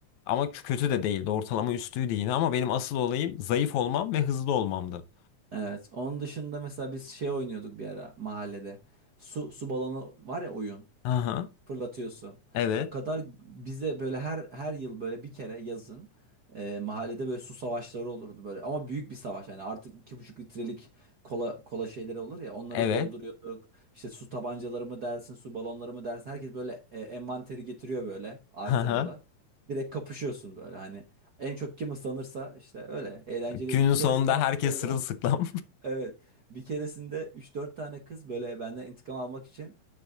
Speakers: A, on the left; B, on the right.
A: Ama kötü de değildi. Ortalama üstüydü yine ama benim asıl olayım zayıf olmam ve hızlı olmamdı.
B: Evet. Onun dışında mesela biz şey oynuyorduk bir ara mahallede. Su su balonu var ya oyun.
A: Aha.
B: fırlatıyorsun.
A: Evet.
B: O kadar bize böyle her her yıl böyle bir kere yazın e, mahallede böyle su savaşları olurdu böyle. Ama büyük bir savaş yani artık iki buçuk litrelik kola kola şeyleri olur ya onları
A: Evet.
B: dolduruyorduk. İşte su tabancaları mı dersin, su balonları mı dersin. Herkes böyle e, envanteri getiriyor böyle arsenalı.
A: <laughs>
B: Direkt kapışıyorsun böyle hani. En çok kim ıslanırsa işte öyle eğlenceliydi.
A: Günün
B: Bir
A: sonunda
B: keresinde hatırlıyorum.
A: herkes sırılsıklam.
B: <laughs> Evet. Bir keresinde üç dört tane kız böyle benden intikam almak için